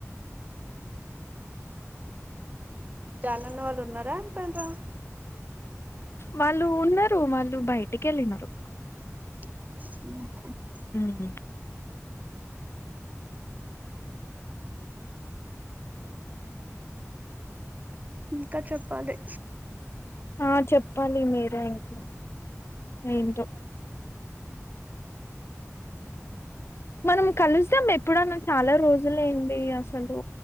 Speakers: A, on the right (about 30°); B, on the left (about 50°).
A: జాలన్న వాళ్ళు ఉన్నారా ఎల్లిపోయిండ్ర
B: వాళ్ళు ఉన్నారు వాళ్ళు బయటికెళ్ళినారు
A: ఉహ్
B: మ్..
A: ఇంకా చెప్పాలి
B: ఆ... చెప్ ప్పాలి మీరే ఇంకా ఏంటో మనం కలుద్దాం ఎప్పుడన్నా చాలా రోజులైంది అసలు